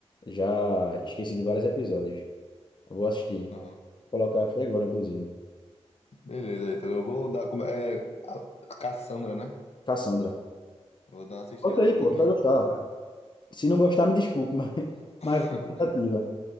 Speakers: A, on the left (about 45°); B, on the left (about 70°).
A: Já esqueci de vários episódios. Eu Vou assistir.
B: Aham.
A: Vou colocar aqui agora, inclusive.
B: Beleza, então eu vou dar. como- É, a Cassandra, né?
A: Cassandra.
B: Eu vou dar uma assistida
A: Volta
B: nele
A: aí, pô.
B: também.
A: Tu vai gostar. Se não gostar, me desculpe, <laughs> mas,
B: <laughs>
A: mas tentativa.